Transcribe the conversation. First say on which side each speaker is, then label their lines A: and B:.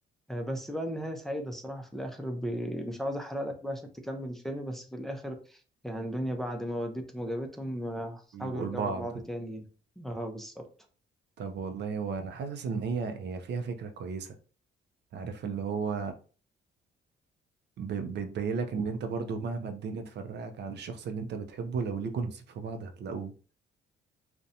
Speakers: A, in the centre; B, on the right (about 60°).
A: آه، بس بقى النهاية سعيدة الصراحة في الآخر ب... مش عاوز أحرق لك بقى عشان تكمل الفيلم بس في الآخر يعني دنيا بعد ما وديتهم وجابتهم آه،
B: يبقوا
A: حاولوا يرجعوا
B: لبعض
A: لبعض تاني اه بالظبط
B: طب والله وأنا حاسس إن هي هي فيها فكرة كويسة عارف اللي هو ب- بتبين لك إن أنت برضو مهما الدنيا تفرقك عن الشخص اللي أنت بتحبه لو ليكوا نصيب في بعض هتلاقوه